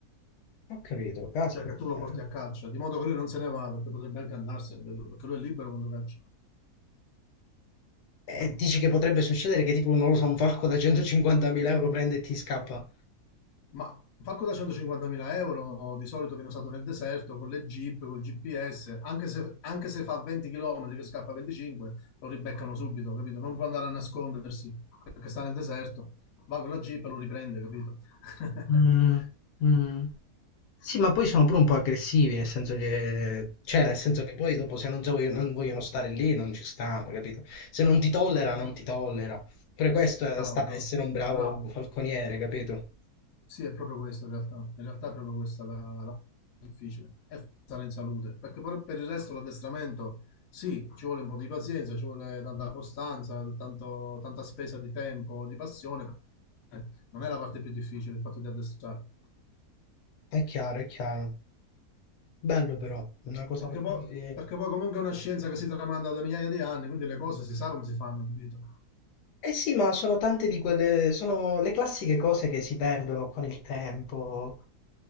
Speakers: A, on the left; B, on the left.
A: Ho capito, caspita.
B: Cioè che tu lo porti a caccia, di modo che lui non se ne vada, che potrebbe anche andarsene, capito? Perché lui è libero quando caccia.
A: E dici che potrebbe succedere che tipo, non lo so, un falco da 150.000 euro prende e ti scappa.
B: Ma Falco da 150.000 euro di solito viene usato nel deserto con le jeep, col GPS, anche se, anche se fa 20 km che scappa a 25, lo ribeccano subito, capito? Non può andare a nascondersi perché sta nel deserto, va con la jeep e lo riprende, capito? <laughs>
A: Mm, mm. Sì, ma poi sono pure un po' aggressivi, nel senso che... Cioè, nel senso che poi dopo se non, so- non vogliono stare lì, non ci stanno, capito? Se non ti tollera, non ti tollera. Per questo
B: Bravo,
A: eh, sta
B: bravo,
A: a essere un bravo
B: bravo.
A: falconiere, capito?
B: Sì, è proprio questo in realtà. In realtà è proprio questa la, la difficile è stare in salute, perché per, per il resto l'addestramento sì, ci vuole un po' di pazienza, ci vuole tanta costanza, tanto- tanta spesa di tempo, di passione. Non è la parte più difficile il fatto di addestrare,
A: È chiaro, è chiaro. Bello però, una cosa
B: perché
A: veramente...
B: poi, perché poi comunque è una scienza che si tramanda da migliaia di anni, quindi le cose si sa come si fanno, capito?
A: Eh sì, ma sono tante di quelle, sono le classiche cose che si perdono con il tempo,